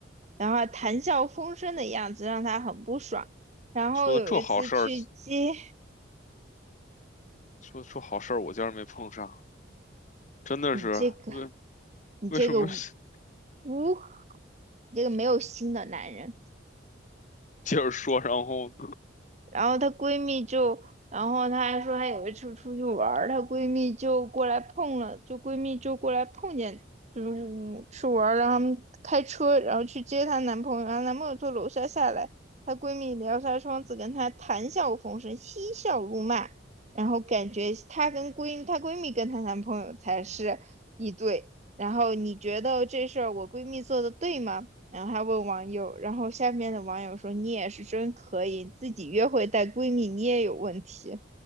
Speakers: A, on the right; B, on the left.
A: 然后谈笑风生的样子让他很不爽。然后有一次去接
B: 说的这好事儿，说说好事儿，我竟然没碰上，真的是为
A: 你这个你这个无
B: 为什么 <laughs>
A: 无你这个没有心的男人，
B: 接着说？然后
A: 然后她闺蜜就，然后她还说她有一次出去玩儿她闺蜜就过来碰了，就闺蜜就过来碰见，就是去玩儿，让他们开车，然后去接她男朋友，然后男朋友从楼下下来，她闺蜜撩下窗子跟她谈笑风生，嬉笑怒骂，然后感觉她跟闺她闺蜜跟她男朋友才是一对，然后你觉得这事儿我闺蜜做的对吗？然后还问网友，然后下面的网友说：“你也是真可以，自己约会带闺蜜，你也有问题。”